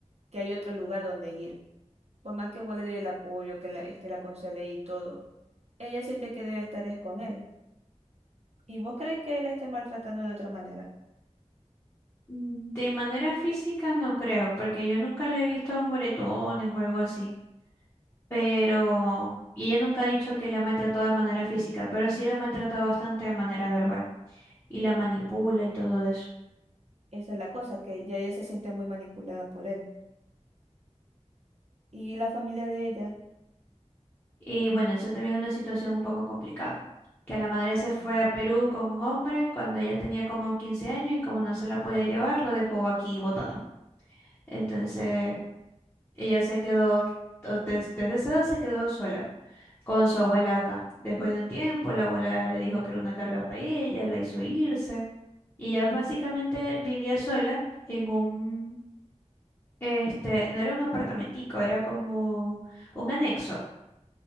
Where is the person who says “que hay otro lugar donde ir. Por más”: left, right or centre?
Right